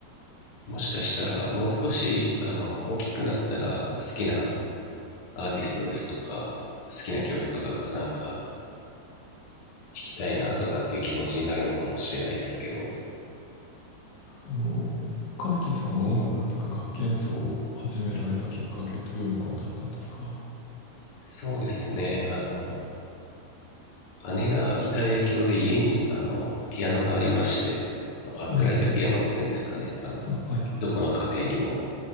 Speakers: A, on the left; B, on the left.
A: もしかしたらもう少しあの大きくなったら好きなアーティストですとか好きな曲とかがなんか弾きたいなとかっていう気持ちになるのかもしれないですけど
B: あの、和樹さんが音楽っていうか楽器演奏を始められたきっかけってどういうものだったんですか
A: そうですねあの姉がいた影響で家にあのピアノがありましてあのアップライトピアノっていうんですかねあの
B: ええ、あ、はい。う
A: どこの家庭にも